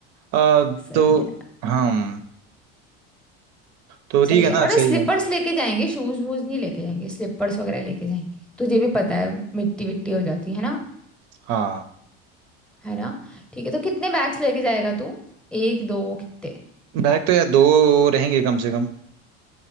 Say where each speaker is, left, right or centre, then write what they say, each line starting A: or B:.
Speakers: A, on the right; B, in the centre.
A: आ,
B: सही
A: तो
B: है
A: हम तो
B: सही
A: ठीक है
B: है
A: ना
B: और
A: सही
B: स्लीपर्स
A: है
B: लेके जाएंगे शूज वूज नहीं लेके जाएंगे स्लीपर्स वगैरह लेके जाएंगे तुझे भी पता है मिट्टी विट्टी हो जाती है ना
A: हाँ
B: है ना ठीक है तो कितने बैग्स लेके जाएगा तू एक दो कितने
A: बैग तो यार दो रहेंगे कम से कम